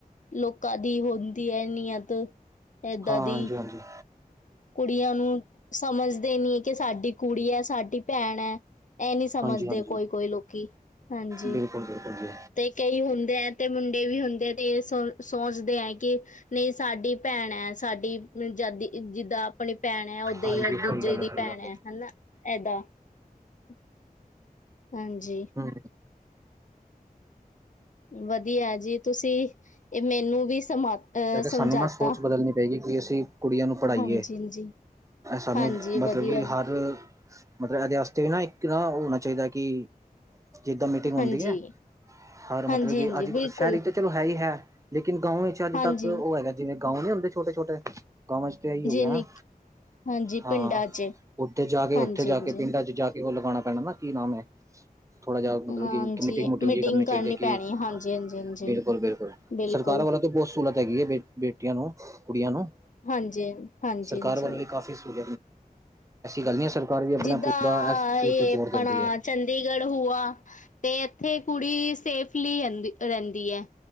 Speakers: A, on the left; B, on the right.
A: ਲੋਕਾਂ ਦੀ ਹੁੰਦੀ ਐ ਨੀਅਤ ਏਦਾਂ
B: ਹਾਂ,
A: ਦੀ
B: ਹਾਂਜੀ-ਹਾਂਜੀ।
A: ਕੁੜੀਆਂ ਨੂੰ ਸਮਝਦੇ ਨੀ ਐ ਕਿ ਸਾਡੀ ਕੁੜੀ ਐ, ਸਾਡੀ ਭੈਣ ਐ। ਇਹ ਨੀ ਸਮਝਦੇ
B: ਹਾਂਜੀ ਹਾਂਜੀ
A: ਕੋਈ-ਕੋਈ ਲੋਕੀ, ਹਾਂਜੀ
B: ਬਿਲਕੁਲ ਬਿਲਕੁਲ ਜੀ
A: ਤੇ ਕਈ ਹੁੰਦੇ ਐ ਤੇ ਮੁੰਡੇ ਵੀ ਹੁੰਦੇ ਆ, ਤੇ ਇਹ ਸੋ ਸੋਚਦੇ ਐ ਕਿ ਨਹੀਂ ਸਾਡੀ ਭੈਣ ਐ, ਸਾਡੀ ਜਦੀ ਜਿ ਦਾਂ ਆਪਣੀ ਭੈਣ ਐ, ਓਦਾਂ
B: ਹਾਂਜੀ
A: ਹੀ ਦੂਜੇ
B: ਸਹੀ ਗੱਲ
A: ਦੀ
B: ਹੈ ਸਹੀ
A: ਭੈਣ
B: ਗੱਲ ਹੈ
A: ਐ ਹਨਾ, ਏਦਾਂ <unintelligible> ਹਾਂਜੀ,
B: ਹੂੰ।
A: ਵਧੀਆ ਜੀ, ਤੁਸੀਂ ਇਹ ਮੈਨੂੰ ਵੀ ਸਮਾ ਅਹ
B: ਸਾਨੂੰ
A: ਸਮਝਾਤਾ
B: ਨਾ ਸੋਚ ਬਦਲਣੀ ਪਏਗੀ, ਕਿ ਅਸੀਂ ਕੁੜੀਆਂ ਨੂੰ ਪੜ੍ਹਾਈਏ।
A: ਹਾਂਜੀ ਹਾਂਜੀ
B: ਸਾਨੂੰ
A: ਹਾਂਜੀ
B: ਮਤਲਬ
A: ਵਧੀਆ
B: ਕਿ, ਹਰ ਮਤਲਬ ਇਹਦੇ ਵਾਸਤੇ ਵੀ ਨਾ ਕਿ ਹੋਣਾ ਚਾਹੀਦਾ, ਕਿ ਜਿੱਦਾਂ ਮੀਟਿੰਗ ਹੁੰਦੀ
A: ਹਾਂਜੀ
B: ਐ। ਹਰ ਮਤਲਬ
A: ਹਾਂਜੀ-ਹਾਂਜੀ
B: ਕਿ ਅੱਜ
A: ਬਿਲਕੁਲ
B: ਕ ਸ਼ਹਿਰੀ ਤੇ ਚਲੋ ਹੈ ਹੀ ਹੈ, ਲੇਕਿਨ ਗਾਉਂ ਵਿੱਚ ਅੱਜ
A: ਹਾਂਜੀ-ਹਾਂਜੀ
B: ਤੱਕ ਉਹ ਹੈਗਾ, ਜਿਵੇਂ ਗਾਉਂ ਨੀ ਹੁੰਦੇ ਛੋਟੇ- ਛੋਟੇ ਗਾਵਾਂ ਚ ਤੇ ਆਈ ਹੋ ਗਿਆ
A: ਨ
B: ਨਾ,
A: ਹਾਂਜੀ
B: ਹਾਂ।
A: ਪਿੰਡਾਂ ਚ
B: ਉਥੇ ਜਾ ਕੇ
A: ਹਾਂਜੀ-ਹਾਂਜੀ
B: ਉੱਥੇ ਜਾ ਕੇ ਪਿੰਡਾਂ ਚ ਜਾ ਕੇ ਉਹ ਲਗਾਣਾ ਪੈਣਾ ਨਾ, ਕੀ ਨਾਮ ਐ? ਥੋੜਾ ਜਿ
A: ਹਾਂਜੀ
B: ਮਤਲਬ
A: ਹਾਂਜੀ
B: ਕਿ ਮੀਟਿੰਗ ਮੁਟਿੰਗ ਜੀ ਕਰਨੀ ਚਾਹੀਦੀ ਏ, ਕਿ
A: ਪੈਣੀ ਹਾਂਜੀ-ਹਾਂਜੀ-ਹਾਂਜੀ
B: ਬਿਲਕੁਲ-ਬਿਲਕੁਲ
A: ਬਿਲਕੁਲ
B: ਸਰਕਾਰਾਂ ਵੱਲੋਂ ਤੇ ਬਹੁਤ ਹੈਗੀ ਹੈ ਬੇ ਬੇਟੀਆਂ ਨੂੰ, ਕੁੜੀਆਂ ਨੂੰ
A: ਹਾਂਜੀ-ਹਾਂਜੀ-ਹਾਂਜੀ
B: ਸਰਕਾਰ ਵੱਲੋਂ ਵੀ ਕਾਫ਼ੀ ਐਸੀ ਗੱਲ ਨੀ ਐ, ਸਰਕਾਰ ਵੀ ਆਪਣਾ
A: ਜਿੱਦਾਂ
B: ਪੂਰਾ ਇਸ ਚੀਜ਼
A: ਇਹ
B: ਤੇ ਜ਼ੋਰ
A: ਆਪਣਾ
B: ਦਿੰਦੀ ਐ।
A: ਚੰਡੀਗੜ੍ਹ ਹੂਆ ਤੇ ਇੱਥੇ ਕੁੜੀ ਸੇਫਲੀ ਰਹਿੰ ਰਹਿੰਦੀ ਐ।